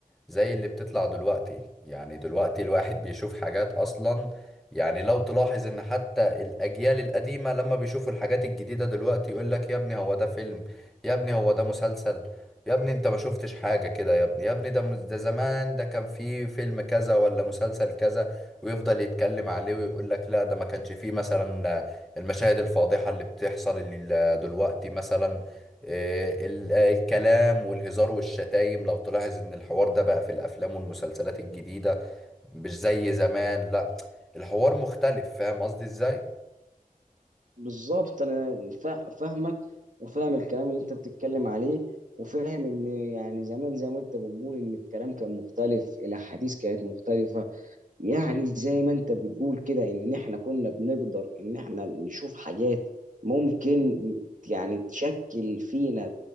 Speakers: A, in the centre; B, on the right.
A: زي اللي بتطلع دلوقتي يعني دلوقتي الواحد بيشوف حاجات أصلا يعني لو تلاحظ إن حتى الأجيال القديمة لما بيشوفوا الحاجات الجديدة دلوقتي يقول لك يا ابني هو ده فيلم يا ابني هو ده مسلسل يا ابني انت ما شفتش حاجة كده يا ابني يا ابني ده مس- ده زمان ده كان فيه فيلم كذا ولا مسلسل كذا ويفضل يتكلم عليه ويقول لك لا ده ما كانش فيه مثلا المشاهد الفاضحة اللي بتحصل ال- دلوقتي مثلا آه، ال- آه، الكلام والهزار والشتايم لو تلاحظ ان الحوار ده بقى في الافلام والمسلسلات الجديدة مش زي زمان لا الحوار مختلف فاهم قصدي ازاي
B: بالظبط انا فا- فاهمك وفاهم الكلام اللي انت بتتكلم عليه وفاهم ان يعني زمان زي ما انت بتقول ان الكلام كان مختلف الاحاديث كانت مختلفه يعني زي ما انت بتقول كده ان احنا كنا بنقدر ان احنا نشوف حاجات ممكن يعني تشكل فينا